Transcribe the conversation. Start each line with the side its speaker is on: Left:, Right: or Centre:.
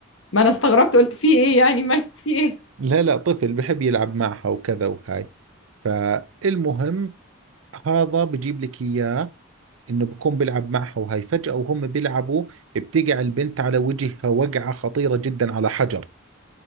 Left: ما انا استغربت قلت في ايه يعني مالكوا في ايه
Right: لا لا طفل بحب يلعب معها وكذا وهاي فالمهم هذا بجيب لك اياه انه بكون بيلعب معها وهاي فجأة وهم بيلعبوا بتقع البنت على وجهها وقعة خطيرة جدا على حجر